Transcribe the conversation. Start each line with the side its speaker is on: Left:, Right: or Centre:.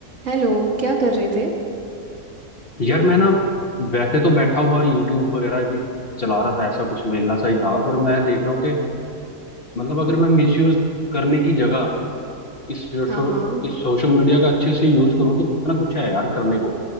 Right: Hello क्या कर रहे थे
Left: यार मैं ना वैसे तो बैठा हुआ यूट्यूब वगैरह भी चला रहा था ऐसा कुछ वेला सा ही था पर मैं देख रहा हूँ कि मतलब अगर मैं मिसयूज करने की जगह इस
Right: हाँ
Left: शो,
Right: हाँ
Left: इस सोशल मीडिया का अच्छे से यूज करूँ तो कितना कुछ है यार करने को